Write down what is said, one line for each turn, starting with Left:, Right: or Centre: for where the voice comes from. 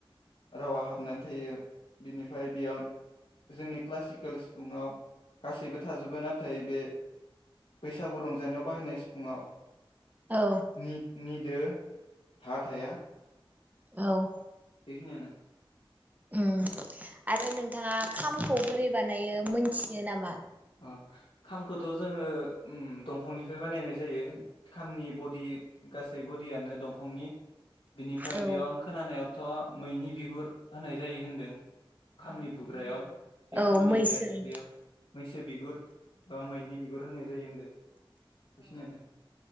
Left: रावा हाबनानै थायो थायो बिनिफ्राय बेयाव जोंनि क्लासिकेल सिफुङाव गासैबो थाजोबो नाथाय बे बैसागु रंजानायाव बाहायनाय सिफुङाव
Right: औ
Left: नित नित दो था-थाया
Right: औ।
Left: बेखिनियानो।
Right: ओम आरो नोंथाङा खामखौ बोरै बानायो मोनथियो नामा?
Left: अ खामखौथ जोङो उम दंफांनिफ्राय बानायनाय जायो खामनि बडि गासै बडियानो दंफांनि बिनिफ्राय
Right: औ
Left: बेयाव आं खोनानायाव थ मैनि बिगुर होनाय जायो होनदों खामनि बुग्रायाव। जे
Right: औ
Left: खामनि
Right: मैसो
Left: बेस
Right: औ
Left: बेयाव मैसो बिगुर बा मैनि बिगुर होनाय जायो होनदो बेखिनियानो